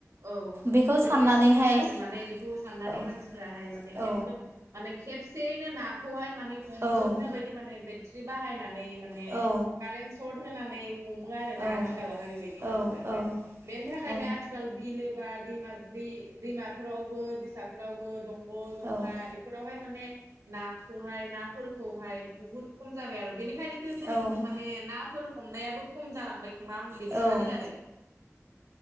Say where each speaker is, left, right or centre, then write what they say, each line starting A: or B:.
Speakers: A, on the right; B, on the right.
A: औ
B: बेखौ
A: गोरलैसिन
B: साननानैहाय
A: जागोन माने बेखौ साननानै
B: औ
A: मानसिफोराहाय मानेम एकदम
B: औ
A: मा ने खेबसेयैनो नाखौहाय माने हमजोबनो
B: औ
A: बायदि माने बे थ्रि बाहायनानै माने
B: औ
A: कारेन्ट सर्ट होनानै हमो आरोना
B: औ
A: आथिखालावहाय बेबायदि
B: औ
A: मानसिफोरा ओमफाय
B: औ
A: बेनि था थाखायनो
B: औ
A: आथिखाल बिलो बा। आ दैमा दै-दैमाफोरावबो दैसाफोरावबो दंग दंला
B: औ
A: इफोरावहाय माने। नाखौहाय नाफोरखौहाय बुहुत खम जाबाय आरो बेनि <unintelligible> खौ जों
B: औ
A: माने नाब फोर हमनायाबो खम जालांबाय खोमा आं बिदि
B: औ
A: सानो आरो